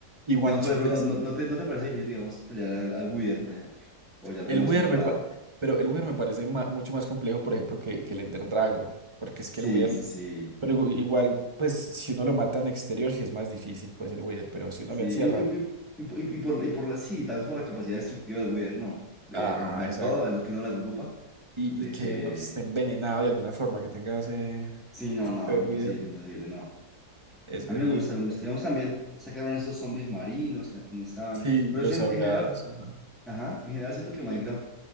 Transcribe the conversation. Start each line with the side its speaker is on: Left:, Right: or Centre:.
Right: y guanchoteas
Centre: Digamos, por ejemplo, no, no, no te, no te parece difícil, digamos, pelear al, al Wither, por ejemplo. O ya lo
Right: El
Centre: tienes
Right: Wither
Centre: más controlado.
Right: me pa- pero el Wither me parece ma- mucho más complejo, por ejemplo, que, que el Ender Dragon, porque es
Centre: Sí,
Right: que el Wither,
Centre: sí, sí.
Right: pero igu- igual, pues si uno lo mata en exterior, sí es más difícil, pues el Wither, pero si uno
Centre: Sí.
Right: lo encierra,
Centre: Y, y, y, y por, y por y por la sí, tal vez por la capacidad destructiva del Wither, no. De
Right: ajá,
Centre: romper
Right: exacto,
Centre: todo, es lo que uno le preocupa.
Right: y,
Centre: De
Right: y que
Centre: que.
Right: uno que esté envenenado de alguna forma, que tenga ese
Centre: Sí, no,
Right: efecto
Centre: no,
Right: de
Centre: imposible,
Right: Wither,
Centre: imposible, no.
Right: es,
Centre: A mí
Right: es
Centre: me
Right: muy
Centre: gusta,
Right: complejo.
Centre: me gusta. Digamos, también sacaron estos zombies marinos que antes no estaban.
Right: Sí,
Centre: Pero
Right: los
Centre: sí, en
Right: ahogados,
Centre: en general,
Right: ajá,
Centre: ajá, en general siento que Minecraft
Right: sí,